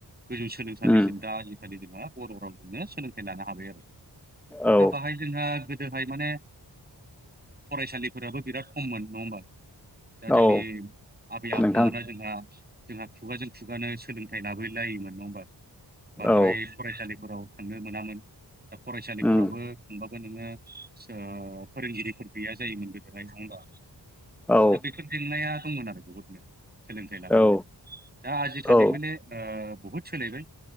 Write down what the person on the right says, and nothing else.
गोजौ सोलोंसालिसिम
दा आजिखालि जोंहा बर' रावजोंनो सोलोंथाइ लानो हाबाय आरो।
दा बाहाय जोंहा गोद हाय माने फरायसालिफोराबो बिराद खममोन नङा होमबा। दा जोंनि
आबै आबौमोना
जोंहा जोंहा खुगाजों- खुगानो सोलोंथाइ लाबो लायोमोन नङा होमबा। बांद्राय
फरायसालिफोराव थांनो मोनामोन। दा फरायसालिफोरावबो
नोङो ओ फोरोंगिरिफोर गैया जायोमोन गोदोहाय नङा होमबा।
दा बेफोर जेंनाया दंमोन आरो बहुतनो। सोलोंथाइ लानाय
होनाव, दा आजिखालिबोले
बहुद सोलायबाय।